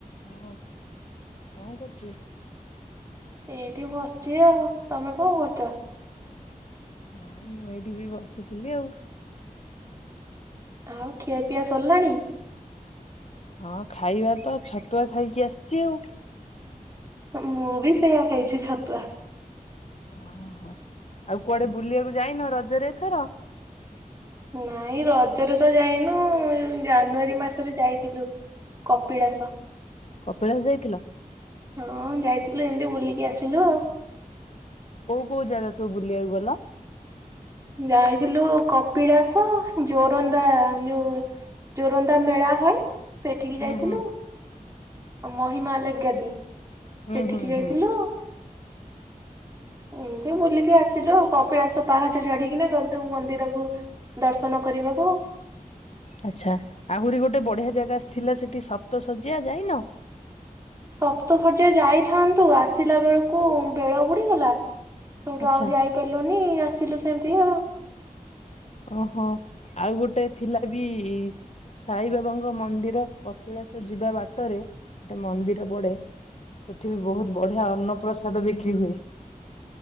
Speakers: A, on the left; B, on the right.
A: ହଁ କଣ କରୁଛୁ?
B: ଏଇଠି ବସିଛି ଆଉ ତମେ କଣ କରୁଛ?
A: ମୁଁ ଏଇଠି ବି ବସିଥିଲି ଆଉ ।
B: ଆଉ ଖିଆ ପିଆ ସରିଲାଣି?
A: ହଁ ଖାଇବା ତ ଛତୁଆ ଖାଇକି ଆସିଛି ଆଉ
B: ମୁଁ ବି ସେଇୟା ଖାଇଛି ଛତୁଆ।
A: ଓହୋ ହୋ ଆଉ କୁଆଡେ ବୁଲିବାକୁ ଯାଇନ ରଜରେ ଏଥର?
B: ନାଇଁ ରଜରେ ତ ଯାଇନୁ ଜାନୁଆରୀ ମାସରେ ଯାଇଥିଲୁ, କପିଳାସ ।
A: କପିଳାସ ଯାଇଥିଲ?
B: ହଁ ଯାଇଥିଲୁ ଏମିତି ବୁଲିକି ଆସିଲୁ ଆଉ ।
A: କୋଉ କୋଉ ଜାଗା ସବୁ ବୁଲିବାକୁ ଗଲ?
B: ଯାଇଥିଲୁ କପିଳାସ ଜୋରନ୍ଦା ଯୋଉ ଜୋରନ୍ଦା ମେଳା ହଏ। ସେଠିକି
A: ହୁଁ
B: ଯାଇଥିଲୁ।
A: ହୁଁ
B: ମହିମା ଆଲଗ ଗାଦି ।
A: ହୁଁ
B: ସେଠିକି
A: ହୁଁ
B: ଯାଇଥିଲୁ
A: ହୁଁ
B: ହୁଁ । ତ ବୁଲିକି ଆସିଲୁ, ଆ କପିଳାସ ପାହାଚ ଚଢିକିନା ଗଲୁ । ମନ୍ଦିରକୁ ଦର୍ଶନ କରିବାକୁ
A: ଅଛା ଆହୁରି ଗୋଟେ ବଢିଆ ଜାଗା ଥିଲା ।ସେଠି ସପ୍ତ ଶଯ୍ୟା ଯାଇନ।
B: ସପ୍ତ ଶଯ୍ୟା ଯାଇଥାନ୍ତୁ, ଆସିଲା ବେଳକୁ ବେଳ ବୁଡିଗଲା। ସେଉଠୁ
A: ଆଚ୍ଛା
B: ଆଉ ଯାଇପାରିଲୁନି ଆସିଲୁ ସେମି ଇଆଉ
A: ଓହୋ, ଆଉ ଗୋଟେ ଥିଲା ବି। ସାଇ ବାବାଙ୍କ ମନ୍ଦିର, କପିଳାସ ଯିବା ବାଟରେ ଗୋଟେ ମନ୍ଦିର ପଡେ ।ସେଠି ବି ବହୁତ ବଢିଆ ଅନ୍ନପ୍ରସାଦ ବିକ୍ରି ହୁଏ ।